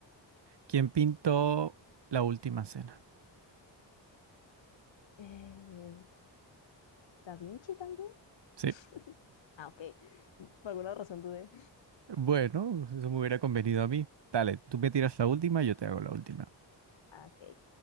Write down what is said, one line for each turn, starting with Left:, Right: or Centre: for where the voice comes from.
Right: ¿Quién pintó la última cena?
Left: Eh, ¿Da Vinci también?
Right: Sí.
Left: <laughs> Ah, ok. Por alguna razón dudé.
Right: Bueno, eso me hubiera convenido a mí. Dale, tú me tiras la última, yo te hago la última.
Left: Ah, ok.